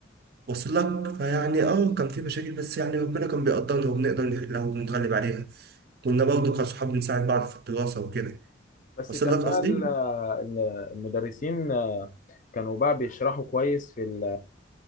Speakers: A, on the right; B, on the left.
A: وصل لك فيعني اه كان في مشاكل بس يعني ربنا كان بيقدرنا وبنقدر نحلها وبنتغلب عليها كنا برضه كأصحاب بنساعد بعض في الدراسة وكده
B: بس
A: وصل
B: كان
A: لك
B: بقى
A: قصدي؟
B: ال- ال- المدرسين كانوا بقى بيشرحوا كويس في ال-